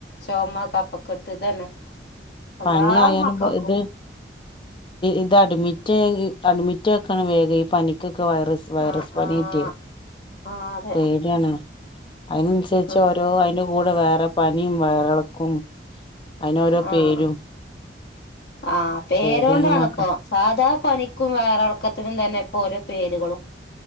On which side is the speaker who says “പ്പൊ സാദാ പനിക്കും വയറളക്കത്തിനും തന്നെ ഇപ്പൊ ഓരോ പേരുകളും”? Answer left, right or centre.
Left